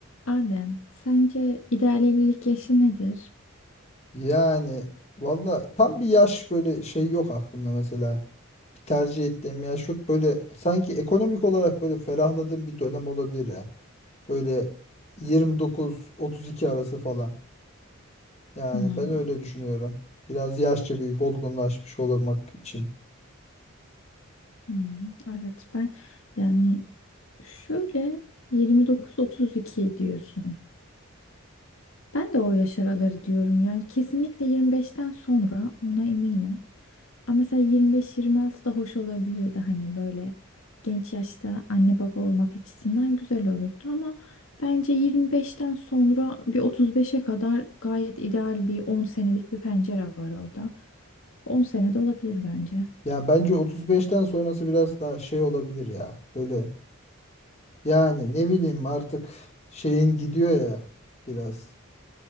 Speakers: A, on the left; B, on the left.
A: Adem, sence ideal evlilik yaşı nedir?
B: Yani valla tam bir yaş böyle şey yok aklımda mesela. Bir tercih ettiğim yaş yok. Böyle sanki ekonomik olarak böyle ferahladığım bir dönem olabilir ya. Böyle 29-32 arası falan. Yani
A: Hmm.
B: ben öyle düşünüyorum. Biraz yaşça büyük olgunlaşmış olmak için.
A: Hmm, evet ben yani şöyle 29-32 diyorsun. Ben de o yaş araları diyorum yani kesinlikle 25'ten sonra ona eminim. Ama mesela 25-26 da hoş olabilirdi hani böyle genç yaşta anne baba olmak açısından güzel olurdu ama bence 25'ten sonra bir 35'e kadar gayet ideal bir 10 senelik bir pencere var orada. 10 sene de olabilir bence.
B: Yani bence 35'ten sonrası biraz daha şey olabilir ya. Böyle yani ne bileyim artık şeyin gidiyor ya biraz.